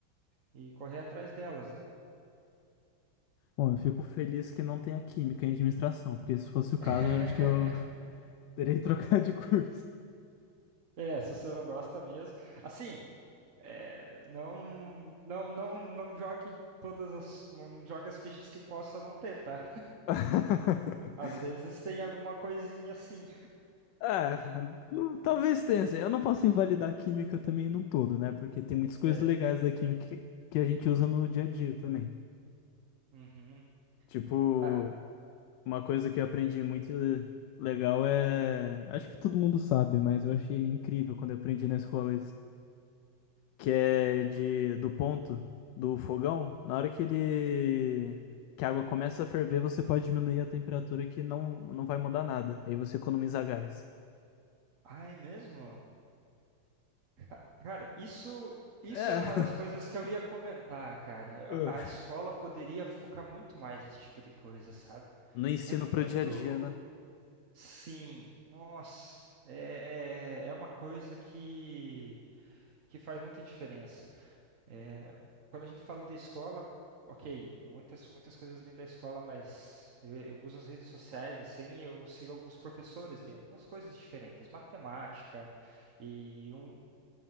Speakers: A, on the right; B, on the left.
A: e correr atrás delas, né?
B: Bom, eu fico feliz que não tenha química em administração, porque se fosse o caso,
A: <laughs>
B: eu acho que eu Terei que trocar de curso.
A: É, se você não gosta mesmo. Assim. É, não, não, não, não jogue todas as, não jogue as fichas que possa não ter, tá?
B: <laughs>
A: Às vezes tem alguma coisinha assim.
B: Ah, não- talvez tenha. assim. Eu não posso invalidar a química também num todo, né? Porque tem muitas coisas
A: É.
B: legais da química que, que a gente usa no dia a dia também.
A: Uhum.
B: Tipo,
A: Ah,
B: uma coisa que eu aprendi muito legal é. Acho que todo mundo sabe, mas eu achei incrível quando eu aprendi na escola. que é de do ponto do fogão, na hora que ele que a água começa a ferver, você pode diminuir a temperatura que não não vai mudar nada. Aí você economiza gás.
A: ah, é mesmo? Ca- Cara, isso, isso
B: É.
A: era uma
B: <laughs>
A: das coisas que eu ia comentar, cara.
B: Ah.
A: A a escola poderia focar muito mais nesse tipo de coisa, sabe?
B: No ensino
A: É muito,
B: pro dia a dia, né?
A: sim, nossa, é, é, é uma coisa que, que faz muita diferença. É, quando a gente fala de escola, ok, muitas, muitas coisas vêm da escola, mas eu, eu uso as redes sociais, assim, eu sigo alguns professores de algumas coisas diferentes, matemática e um,